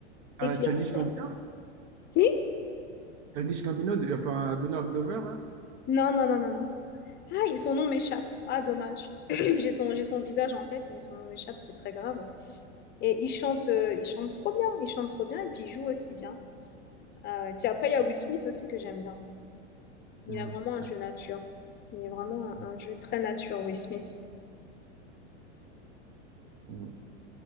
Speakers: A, on the right; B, on the left.
A: Ah,
B: et qui
A: Childish
B: est acteur.
A: Gambino,
B: Qui?
A: Childish Gambino, de- enfin Donald Glover, là.
B: Non, non, non, non, non. ah son nom m'échappe. Ah, dommage. <clears throat> J'ai son, j'ai son visage en tête, mais son nom m'échappe, c'est très grave. Et il chante, euh, il chante trop bien, il chante trop bien et puis il joue aussi bien. Euh, et puis après, il y a Will Smith aussi que j'aime bien. Il
A: Hmm.
B: a vraiment un
A: Ah,
B: jeu nature. Il est vraiment un,
A: ouais.
B: un jeu très nature, Will Smith.
A: Hmm.